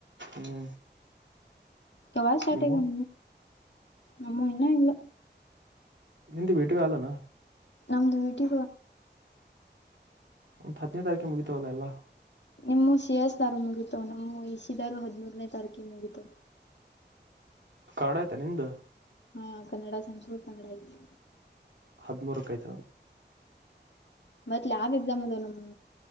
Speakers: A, on the right; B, on the left.
A: ಹ್ಮ್
B: ವ ಶಾರಟೇ
A: ನಿಮ್ಮು
B: ಬಣ ನಮ್ಮ ಇನ್ನ ಇಲ್ಲ
A: ನಿಂತ ಬೇಟಿಗೆಲ್ಲಣ
B: ನಮ್ದು ವಟಿ
A: ಒಂ ಹತ್ತನೇ ತಾರೀಕು ಮುಗಿತವಲ್ಲ ಎಲ್ಲಾ
B: ನಿಮ್ಮ ಸಿ ಎಸ್ ದಾರು ಮುಗಿತು ನಮ್ಮ ಇಸಿದಾರು ಹದಿಮೂರನೇ ತಾರೀಕಿ ಮುಗಿತು
A: ಕಾಡ ಆಯ್ತಾ ನಿಮ್ದು
B: ಹಾ ಕನ್ನಡ ಸಂಸ್ಕತ ಕನ್ನಡ ಐತಿ
A: ಹದಿಮೂರಕ ಆಯ್ತು
B: ಮತ್ತ ಲ ಆಬ್ ಎಕ್ಮಮ್ದ ನನ್ನ